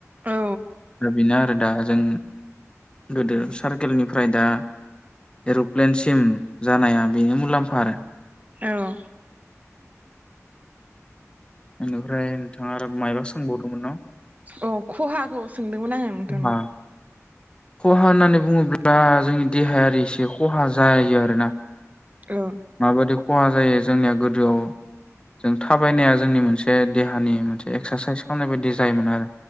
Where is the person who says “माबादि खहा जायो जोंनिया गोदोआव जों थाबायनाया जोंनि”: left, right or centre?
Left